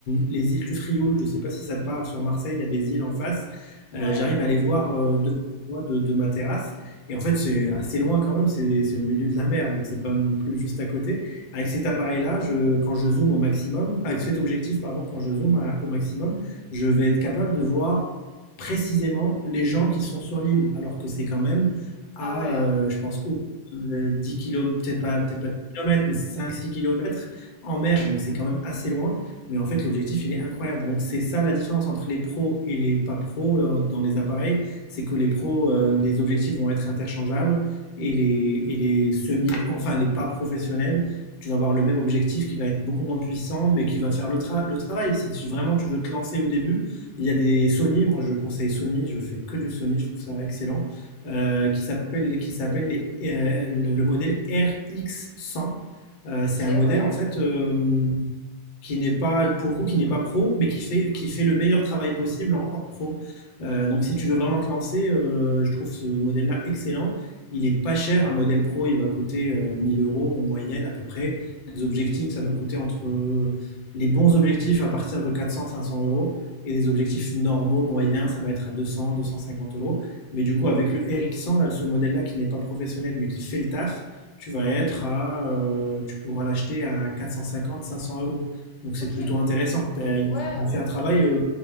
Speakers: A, on the left; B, on the left.
A: les îles du Frioul. Je ne sais pas si ça te parle. Sur Marseille, il y a des îles en face. Euh,
B: Ouais.
A: j'arrive à les voir euh, de, moi, de, de ma terrasse. Et en fait, c'est assez loin quand même. C'est c'est au milieu de la mer, donc c'est pas non plus juste à côté. Avec cet appareil-là, je- quand je zoome au maximum, avec cet objectif, pardon, quand je zoome à- au maximum, je vais être capable de voir précisément les gens qui sont sur l'île, alors que c'est quand même à,
B: Ah ouais.
A: euh, je pense, au- euh, 10 kilomètres, peut-être pas, peut-être pas Kilomètres, mais cinq, six kilomètres en mer, donc c'est quand même assez loin. Mais en fait, l'objectif, il est incroyable. Donc c'est ça la différence entre les pros et les pas pros euh, dans les appareils, c'est que les pros, euh, les objectifs vont être interchangeables et les, et les semi, enfin les pas professionnels, tu vas avoir le même objectif qui va être beaucoup moins puissant, mais qui va faire le, tra- le travail. Si tu, vraiment tu veux te lancer au début, il y a des Sony, moi je conseille Sony, je fais que du Sony, je trouve ça excellent euh, qui s'appelle qui s'appelle les- euh, le modèle rx cent Euh,
B: Ok,
A: c'est un modèle
B: ouais.
A: en fait euh, qui n'est pas, pour le coup, qui n'est pas pro, mais qui fait, qui fait le meilleur travail possible en hors pro. Euh, donc, si tu veux vraiment te lancer, euh, je trouve ce modèle-là excellent. Il est pas cher, un modèle pro, il va coûter euh, 1000 euros en moyenne à peu près. Les objectifs, ça va coûter entre euh, les bons objectifs à partir de quatre cents à cinq cents euros et des objectifs normaux, moyens, ça va être à deux deux cents à deux cent cinquante euros. Mais du coup, avec le RX100, là, ce modèle-là qui n'est pas professionnel mais qui fait le taf, tu vas être à, euh, tu pourras l'acheter à quatre cent cinquante à cinq cents euros. Donc
B: Ok.
A: c'est plutôt intéressant. T'as- Il
B: Ouais,
A: fait
B: euh,
A: il fait un travail euh,